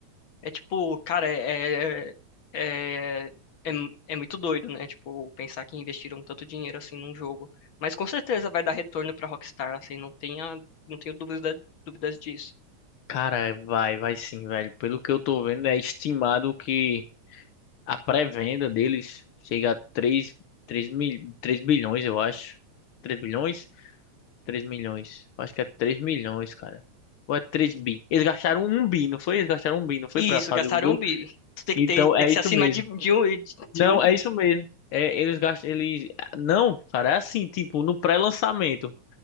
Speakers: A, on the left (about 50°); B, on the left (about 70°).
A: É tipo, cara, é, é, é, é, é é muito doido, né? Tipo, pensar que investiram tanto dinheiro assim num jogo. Mas com certeza vai dar retorno pra Rockstar, assim, não tenha, não tenho dúvida, dúvidas disso.
B: Cara, vai, vai sim, velho. Pelo que eu tô vendo, é estimado que a pré-venda deles chega a 3 3 mil, 3 bilhões, eu acho. 3 bilhões? três milhões. Eu Acho que é 3 milhões, cara. Ou é 3 bi? Eles gastaram um bi, não foi? Eles gastaram um bi, não foi
A: E
B: pra
A: isso,
B: fazer
A: gastaram
B: o jogo?
A: um bi. Tu tem
B: Então
A: que ter, tem
B: é
A: que
B: isso
A: ser acima
B: mesmo.
A: de, de, um,
B: Não,
A: de um bi.
B: é isso mesmo. É, eles gastam, eles. Não, cara, é assim, tipo, no pré-lançamento.